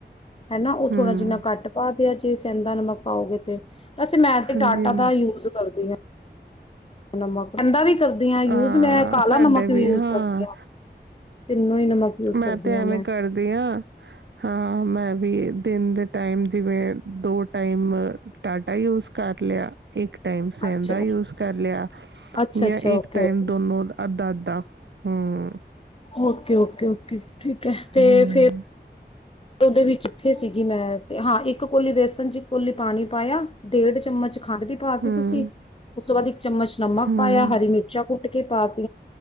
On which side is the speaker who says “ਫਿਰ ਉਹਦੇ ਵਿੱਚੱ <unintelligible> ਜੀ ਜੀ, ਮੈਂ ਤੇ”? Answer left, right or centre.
Left